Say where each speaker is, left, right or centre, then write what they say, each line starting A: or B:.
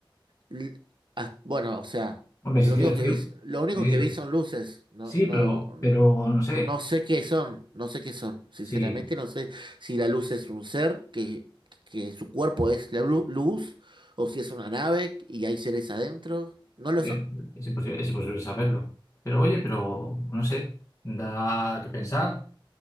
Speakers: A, on the right; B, on the left.
A: l- as- bueno, o sea,
B: Hombre,
A: lo
B: si tienes
A: único que
B: frío,
A: vi, lo único
B: en ello.
A: que vi son luces. No,
B: Sí,
A: no,
B: pero, pero no sé.
A: no sé qué son, no sé qué son. Sinceramente,
B: Sí,
A: no sé si la luz es un ser que, que su cuerpo es la lu- luz o si es una nave y hay seres adentro. No lo
B: pero
A: sé.
B: es imposible, es imposible saberlo. Pero oye, pero no sé, da que pensar.